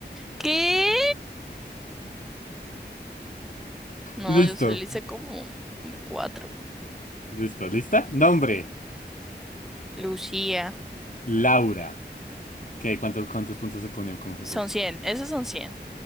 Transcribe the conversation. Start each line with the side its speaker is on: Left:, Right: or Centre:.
Centre: ¿Qué? No,
Left: Listo.
Centre: yo solo hice como como cuatro.
Left: Listo. ¿Lista? Nombre.
Centre: Lucía.
Left: Laura. ¿Qué? ¿Cuántos, cuántos puntos se pone cómo se
Centre: Son
Left: hace eso?
Centre: cien Esos son cien